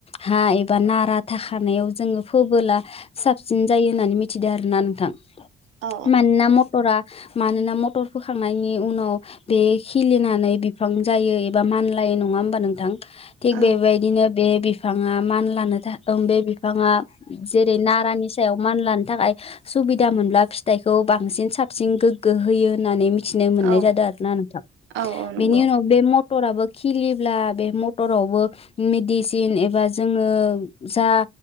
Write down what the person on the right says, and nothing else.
औ
औ
औ
औ औ नंगौ